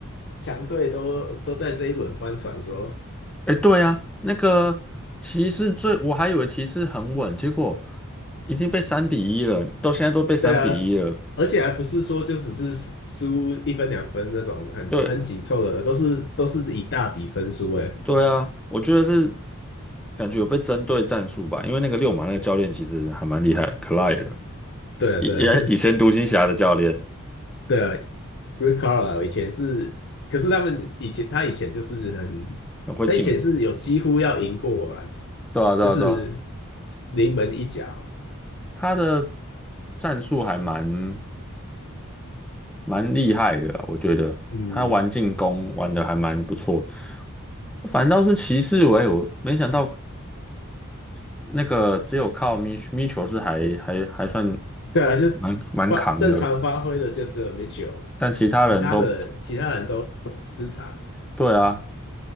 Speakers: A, on the left; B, in the centre.
A: 强队都都在这一轮翻船说，
B: 哎，对啊，那个骑士最，我还以为骑士很稳，结果已经被三比一了，到现在都被三比一了。
A: 对啊，而且还不是说就只是输一分两分那种很很紧凑的，
B: 对，
A: 都是都是以大比分输诶。
B: 对啊，我觉得是感觉有被针对战术吧，因为那个六马那个教练其实还蛮厉害的，Clyde，
A: 对啊，
B: 以也以前独行侠的教练，
A: 对啊，对，Rick Carlisle 以前是，可是他们以前他以前就是很，
B: 很会进。
A: 他以前是有几乎要赢过我啊，
B: 对啊，对啊，
A: 就是
B: 对啊，
A: 临门一脚。
B: 他的战术还蛮蛮厉害的啊我觉得他玩进攻玩的还蛮不错。
A: 嗯，
B: 反倒是骑士，喂，我没想到那个只有靠米米球是还还还算
A: 对啊，就
B: 蛮蛮扛的，
A: 发正常发挥的就只有 Mitchell，
B: 但其他人都
A: 其他的其他人都失常。
B: 对啊，